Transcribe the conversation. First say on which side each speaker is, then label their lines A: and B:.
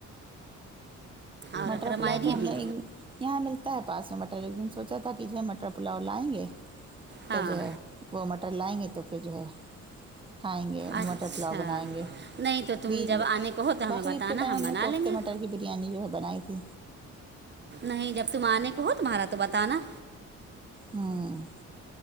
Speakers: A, on the right; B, on the right.
A: اور
B: مٹر
A: اکرم
B: پلاؤ
A: آئے نہیں
B: تو
A: ابھی
B: ہمیں یہاں ملتا ہے پاس میں مٹر ایک دن سوچا تھا کہ جو ہے مر مٹر پلاؤ لائیں گے
A: ہاں
B: تو جو ہے وہ مٹر لائیں گے تو پھر جو ہے کھائیں گے
A: اچھا
B: مٹر پلاؤ بنائیں گے
A: نہیں تو تم
B: بی
A: جب آنے کو ہو تو ہمیں
B: بقرعید
A: بتانا
B: کے ٹائم ہم
A: بنا
B: نے کوفتے
A: لیں گے
B: مٹر کی بریانی جو ہے بنائی تھی
A: نہیں جب تم آنے کو ہو تمہارا تو بتانا
B: ہوں